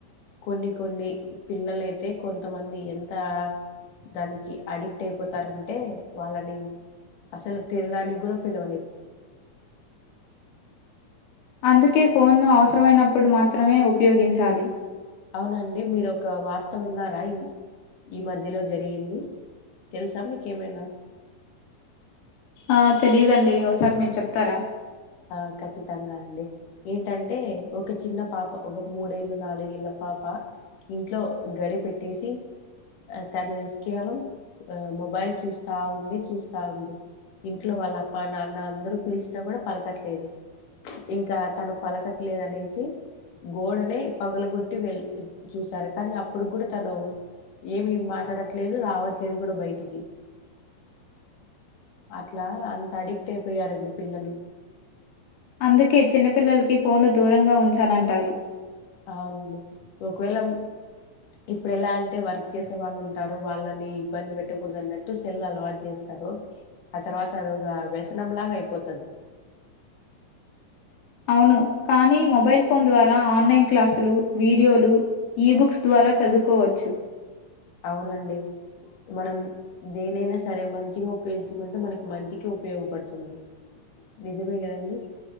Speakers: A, on the left; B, on the left.
A: కొన్ని కొన్ని పిల్లలైతే కొంతమంది ఎంతా దానికి అడిక్ట్ అయిపోతారంటే వాళ్ళని అసలు తినడానికి కూడా పిలవలేం
B: <inaudible> అందుకే ఫోన్ను అవసరమైనప్పుడు మాత్రమే ఉపయోగించాలి
A: అవునండి మీరు ఒక వార్త విన్నారా ఈ మధ్యలో జరిగింది తెలుసా మీకేమైనా
B: ఆ తెలిదండి ఓసారి మీరు చెప్తారా
A: ఆ ఖచ్చితంగా అండి ఏంటంటే ఒక చిన్న పాప ఒక మూడేళ్ళు నాలుగేళ్ళ పాప ఇంట్లో గడి పెట్టేసి తను కేవలం ఆ మొబైల్ చూస్తా ఉంది చూస్తా ఉంది ఇంట్లో వాళ్ళ అప్ప నాన్న అందరు పిలిస్తే కూడా పలకట్లేదు ఇంకా తను పలకట్లేదు అనేసి గోడనే పగలగొట్టి వెల్ చూశారు కానీ అప్పుడు కూడా తను ఏమి మాట్లాడట్లేదు రావట్లేదు కూడా బయటికి అట్లా అంత అడిక్ట్ అయిపోయారండి పిల్లలు
B: అందుకే చిన్నపిల్లలకి ఫోను దూరంగా ఉంచాలంటారు
A: అవునండి ఒకవేళ ఇప్పుడు ఎలా అంటే వర్క్ చేసే వాళ్ళు ఉంటారు వాళ్ళని ఇబ్బంది పెట్టకూడదు అన్నట్టు సెల్ అలవాటు చేస్తారు ఆ తర్వాత వోగ వ్యసనం లాగా అయిపోతది
B: అవును కానీ మొబైల్ ఫోన్ ద్వారా ఆన్లైన్ క్లాసులు వీడియోలు ఈబుక్స్ ద్వారా చదువుకోవచ్చు
A: అవునండి మనం దేనైనా సరే మంచిగా ఉపయోగించుకుంటే మనకి మంచికె ఉపయోగపడుతుంది నిజమే కదండి